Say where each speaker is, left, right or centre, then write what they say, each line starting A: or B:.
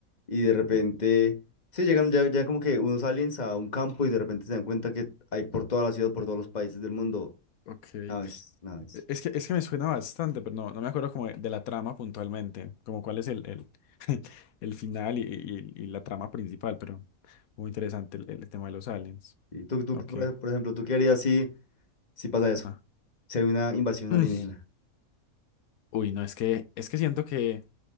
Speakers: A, on the left; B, on the left.
A: y de repente, sí, llegan ya, ya como que unos aliens a un campo y de repente se dan cuenta que hay por toda la ciudad, por todos los países del mundo,
B: Ok. E,
A: naves, naves.
B: Es que, es que me suena bastante, pero no, no me acuerdo como de, de la trama puntualmente, como cuál es el, el, <laughs> el final y, y- y la trama principal, pero muy interesante el, el tema de los aliens.
A: Y tú, tú,
B: Ok.
A: tú, por ejemplo, ¿tú qué harías si, si pasa
B: ajá.
A: eso? Si hay una invasión
B: Mm.
A: alienígena.
B: Uy, no, es que, es que siento que,